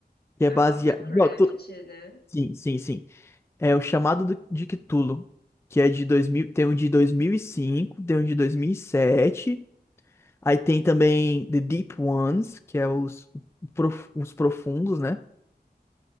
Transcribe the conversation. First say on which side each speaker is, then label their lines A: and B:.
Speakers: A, on the left; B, on the left.
A: que é
B: Ah,
A: baseado.
B: Lovecraft,
A: Pronto,
B: né?
A: Sim, sim, sim. É o Chamado do- de Cthulhu, que é de 2000, tem um de 2005, tem um de 2007. Aí tem também The Deep Ones, que é os, prof- os profundos, né?